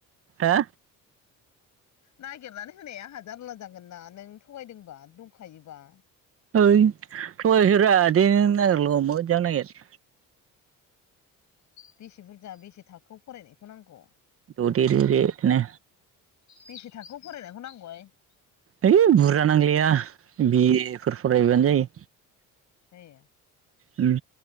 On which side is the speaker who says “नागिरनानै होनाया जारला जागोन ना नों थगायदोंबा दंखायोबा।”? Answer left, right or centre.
Left